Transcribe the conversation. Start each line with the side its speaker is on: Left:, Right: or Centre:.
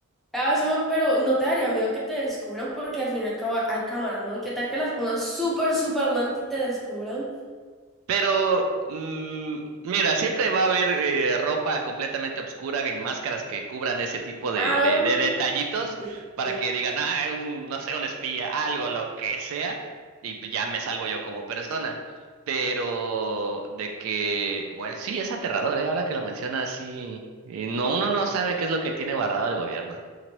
Centre: Ah, eso me- pero no te daría miedo que te descubran porque al fin y al cabo hay cámaras, ¿no? ¿Y qué tal que las pongan súper, súper lento y te descubran?
Right: Pero, mm, mira, siempre va a haber eh, ropa completamente oscura y máscaras que cubran ese tipo de,
Centre: Ah,
Right: de- de detallitos
Centre: sí, sí,
Right: para
Centre: sí.
Right: que digan, ah, un, no sé, un espía, algo, lo que sea, y pues ya me salvo yo como persona. Pero de que, bueno, sí, es aterrador, ¿eh? Ahora que lo mencionas, sí. eh, no, uno no sabe qué es lo que tiene guardado el gobierno.